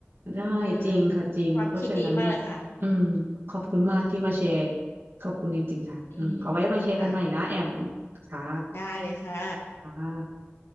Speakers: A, on the right; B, on the left.
A: ได้จริงค่ะจริงเพราะฉะนั้นแบบอืมขอบคุณมากที่มาแชร์
B: เออความคิดดีมากเลยค่ะ
A: ขอบคุณจริงๆค่ะอืมเอาไว้มาแชร์กันใหม่นะแอม
B: อืมค่ะ
A: ค่ะ
B: ได้เลยค่ะ
A: อ่า